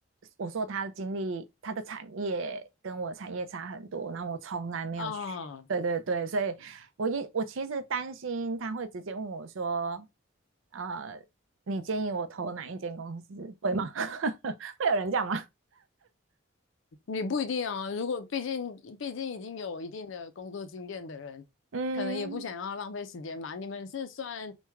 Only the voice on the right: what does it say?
我说他的经历，他的产业跟我的产业差很多，然后我从来没有学，
对对对，所以我一我其实担心他会直接问我说，呃，你建议我投哪一间公司，会吗？<laughs> 会有人这样吗？
嗯，